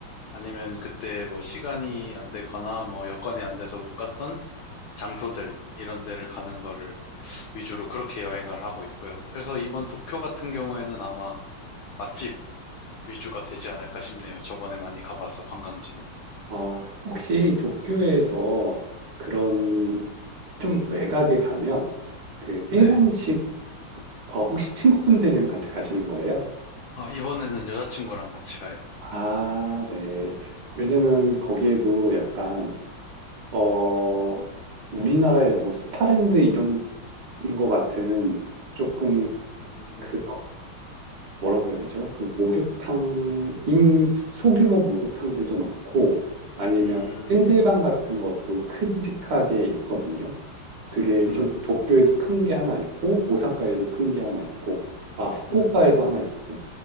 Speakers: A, on the left; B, on the right.
A: 아니면 그때 뭐 시간이 안 됐거나 뭐 여건이 안 돼서 못 갔던 장소들 이런 데를 가는 거를 위주로 그렇게 여행을 하고 있고요. 그래서 이번 도쿄 같은 경우에는 아마 맛집 위주가 되지 않을까 싶네요. 저번에 많이 가봐서 관광지는.
B: 아, 혹시 도쿄에서 그런 좀 외곽에 가면 그
A: 네.
B: 일본식 어, 혹시 친구분들이랑 같이 가시는 거예요?
A: 아, 이번에는 여자친구랑 같이 가요.
B: 아, 네. 왜냐면 거기에도 약간 어 우리나라의 뭐 스파랜드 이런 것 같은 조금
A: 음,
B: 그런 뭐라고 해야 되죠? 그 목욕탕인 소규모 목욕탕들도 많고 아니면
A: 음,
B: 찜질방 같은 것도 큼직하게 있거든요. 그게
A: 음,
B: 좀 도쿄에도 큰 게 하나 있고 오사카에도 큰 게 하나 있고 아 후쿠오카에도
A: 음,
B: 하나 있고